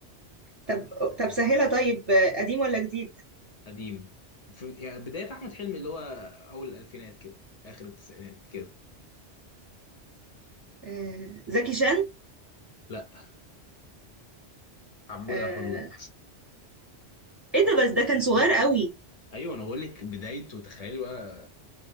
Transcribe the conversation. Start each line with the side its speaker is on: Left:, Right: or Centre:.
Right: طب طب سهلها طيب قديم ولا جديد
Left: قديم في يعني بدايه احمد حلمي اللي هو اول الالفينات كده اخر التسعينات كده
Right: آه زكي شان
Left: لا عبود
Right: آه،
Left: على الحدود
Right: ايه ده بس ده كان صغير قوي
Left: ايوه انا بقول لك بدايته تخيلي بقى